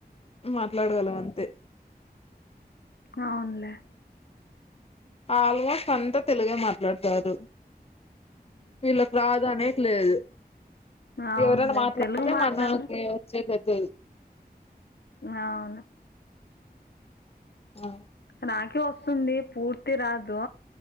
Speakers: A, on the left; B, on the left.
A: మాట్లాడగలం అంతే
B: అవునులే
A: ఆల్మోస్ట్ అంతా తెలుగే మాట్లాడ్తారు వీళ్ళకి రాదు అనేక్ లేదు
B: అవునులే
A: ఎవరైనా మాట్లాడితే
B: తెలుగు మాట్లాడిన
A: మా నాకి వచ్చేదిదు
B: అవును
A: ఆ
B: నాకి ఒస్తుంది పూర్తి రాదు